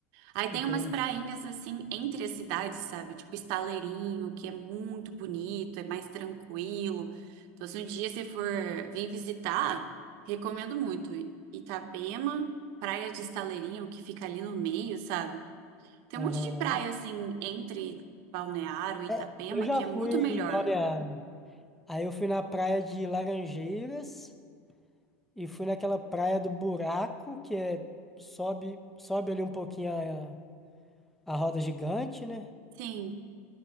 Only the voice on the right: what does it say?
Aí tem
umas prainhas assim entre as cidades, sabe? Tipo Estaleirinho, que é muito bonito, é mais tranquilo. Então, se um dia você for vir visitar, recomendo muito. Itapema, Praia de Estaleirinho, que fica ali no meio, sabe? Tem
um monte de praia assim entre Balneário e Itapema
que é
muito
melhor.
Sim.